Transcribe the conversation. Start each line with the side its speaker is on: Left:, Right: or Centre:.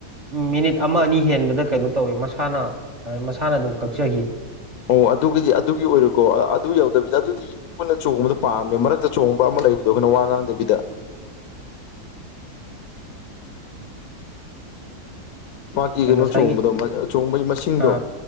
Right: ꯎꯝ ꯃꯤꯅꯤꯠ ꯑꯃ ꯑꯅꯤ ꯍꯦꯟꯕꯗ ꯀꯩꯅꯣ ꯇꯧꯋꯤ ꯃꯁꯥꯅ ꯃꯁꯥꯅ ꯑꯗꯨꯝ ꯀꯛꯆꯈꯤ
Left: ꯑꯣ ꯑꯗꯨꯒꯤꯗꯤ ꯑꯗꯨꯒꯤ ꯑꯣꯏꯔꯣꯏꯀꯣ ꯑꯗꯨ ꯌꯧꯗꯕꯤꯗ ꯑꯗꯨꯗꯤ ꯄꯨꯟꯅ ꯆꯣꯡꯕꯗꯣ ꯄꯥꯝꯃꯦ ꯃꯔꯛꯇ ꯆꯣꯡꯕ ꯑꯃ ꯂꯩꯕꯗꯣ ꯑꯩꯈꯣꯏꯅ ꯋꯥ ꯉꯥꯡꯗꯕꯤꯗ ꯃꯥꯒꯤ ꯀꯩꯅꯣ
Right: ꯉꯁꯥꯏꯒꯤ
Left: ꯆꯣꯡꯕꯗꯣ ꯆꯣꯡꯕꯩ ꯃꯁꯤꯡꯗꯣ
Right: ꯑ